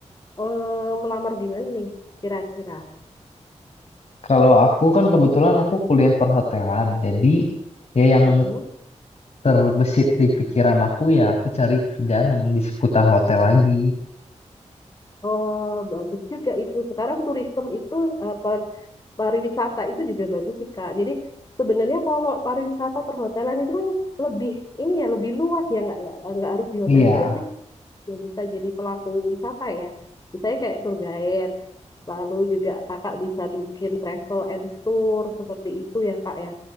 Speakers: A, on the left; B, on the left.
A: eh, melamar di mana nih kira-kira?
B: Kalau aku kan kebetulan aku kuliah perhotelan jadi ya yang
A: Mm-mm.
B: terbesit di pikiran aku ya aku cari kerjaan yang di seputar hotel lagi.
A: Oh, bagus juga itu. Sekarang turisme itu, eh, per- pariwisata itu juga bagus sih, Kak. Jadi sebenarnya kalau pariwisata perhotelan itu kan lebih, ini ya, lebih luas ya. Nggak, nggak, nggak harus di hotel
B: Iya,
A: juga sih. Ya, bisa jadi pelaku wisata ya. Misalnya kayak tour guide. Lalu juga kakak bisa bikin travel and tour seperti itu ya, Kak ya.